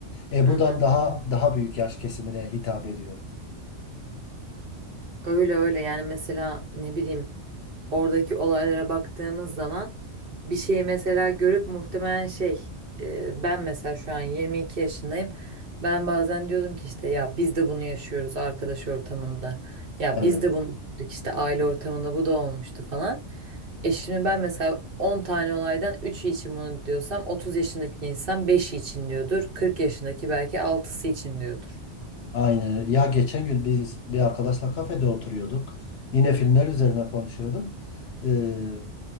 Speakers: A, on the left; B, on the right.
A: E
B: hı.
A: bu
B: hı.
A: da daha daha büyük yaş kesimine hitap ediyor.
B: Öyle öyle yani mesela ne bileyim oradaki olaylara baktığımız zaman bir şeyi mesela görüp muhtemelen şey e, ben mesela şu an 22 yaşındayım. Ben bazen diyordum ki işte ya biz de bunu yaşıyoruz arkadaş ortamında. Ya
A: Evet.
B: biz de bunu gördük işte aile ortamında bu da olmuştu falan. E şimdi ben mesela 10 tane olaydan üçü için bunu diyorsam 30 yaşındaki insan beşi için diyordur. 40 yaşındaki belki altısı için diyordur.
A: Aynen. öyle. Ya geçen gün biz bir arkadaşla kafede oturuyorduk. Yine filmler üzerine konuşuyorduk. Ee,